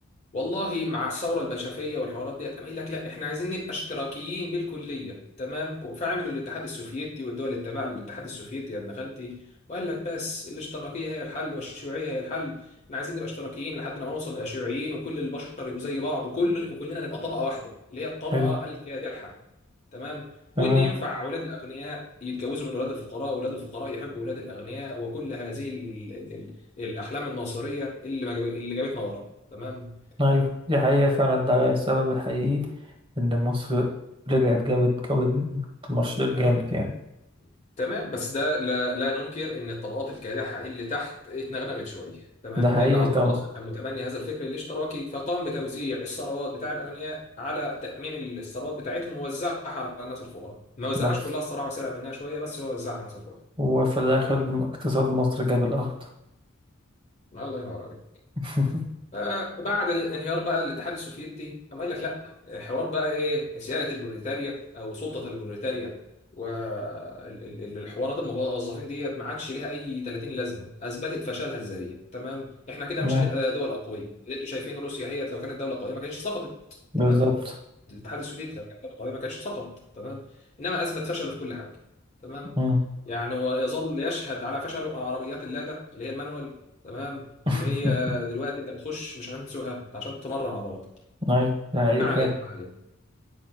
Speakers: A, on the left; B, on the right.
A: والله مع الثوره البلشفيه والحوارات ديت قام قايل لك لا احنا عايزين نبقى اشتراكيين بالكليه تمام فعملوا الاتحاد السوفيتي والدول اللي تابعه للاتحاد السوفيتي يا ابن خالتي وقال لك بس الاشتراكيه هي الحل والشيوعيه هي الحل احنا عايزين نبقى اشتراكيين لحد لما نوصل نبقى شيوعيين وكل البشر يبقوا زي بعض وكل وكلنا نبقى طبقه واحده اللي هي الطبقه
B: حلو
A: الكادحه تمام
B: تمام
A: وان ينفع اولاد الاغنياء يتجوزوا من اولاد الفقراء واولاد الفقراء يحبوا اولاد الاغنياء وكل هذه ال ال ال الاحلام الناصريه اللي ما جاب- اللي جابتنا ورا تمام
B: ايوه دي حقيقة فعلا ده السبب الحقيقي ان مصر رجعت جابت جابت مشروع جامد
A: مم.
B: يعني
A: تمام بس ده لا, لا ننكر ان الطبقات الكادحه اللي تحت اتنغنغت شويه تمام
B: ده حقيقي
A: لان عبد
B: طبعا
A: الناصر كان متبني هذا الفكر الاشتراكي فقام بتوزيع الثروات بتاع الاغنياء على تاميم الثروات بتاعتهم ووزعها على الناس الفقراء ما وزعهاش
B: بس
A: كلها الصراحه وسرق منها شويه بس هو وزعها على الناس الفقراء
B: هو في الاخر
A: تمام
B: م- اقتصاد مصر جاب الارض
A: الله ينور عليك
B: <laughs>
A: آه، بعد انهيار بقى الاتحاد السوفيتي قام قايل لك لا حوار بقى ايه سياده البروليتاريا او سلطه البروليتاريا والحوارات الموظفين ديت ما عادش ليها اي 30 لازمه اثبتت فشلها الذريع تمام احنا كده
B: تمام
A: مش هنبقى دول اقويه اللي انتوا شايفين روسيا هي لو كانت دوله قويه ما كانتش سقطت
B: بالظبط
A: تمام او الاتحاد السوفيتي لو كانت دوله قويه ما كانش سقط تمام انما اثبت فشله في كل حاجه تمام
B: مم.
A: يعني ويظل يشهد على فشله العربيات اللاده اللي هي المانوال تمام
B: <laughs>
A: اللي هي دلوقتي انت بتخش مش عشان تسوقها انت عشان تمرن عضلاتك
B: ايوه ده حقيقي
A: ما علينا
B: فعلا
A: ما علينا